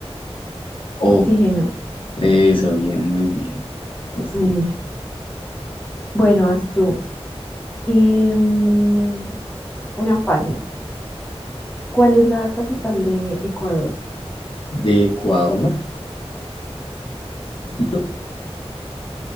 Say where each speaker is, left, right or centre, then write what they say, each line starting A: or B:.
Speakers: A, on the left; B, on the left.
A: O,
B: oxígeno.
A: esa, bien, muy bien. Haz
B: Eh,
A: tú.
B: bueno, vas tú. Em, una fácil. ¿Cuál es la capital de Ecuador?
A: ¿De Ecuador? ¿Quito?